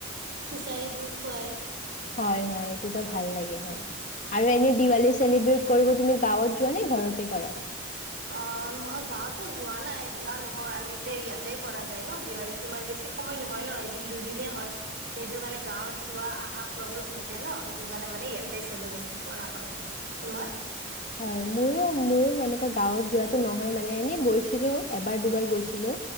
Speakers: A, on the right; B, on the left.
A: খিচাৰী বোৰ খুৱাই।
B: হয় হয় এইটোতো ভাল লাগে হয়, আৰু এনে দিৱালী চেলিব্ৰেট কৰিব তুমি গাঁৱত যোৱা নে ঘৰতে কৰা।
A: অ গাঁৱতো যোৱা নাই যোৱা নহয় আমি ইয়াতে কৰা যায় ন দিৱালী তোমাৰ বেছি সময় নহয় ন এদিন দুদিনেই হয় সেইটো কাৰণে গাঁৱত যোৱা অহা প্ৰব্লেম হৈ যায় ন সেইটো কাৰণে মানে ইয়াতে চেলিব্ৰেচন কৰা হয়, আৰু তোমাৰ
B: হয় মোৰো মোৰো এনেকা গাঁৱত যোৱাাতটো নহয় মানে এনে গৈছিলো এবাৰ দুবাৰ গৈছিলো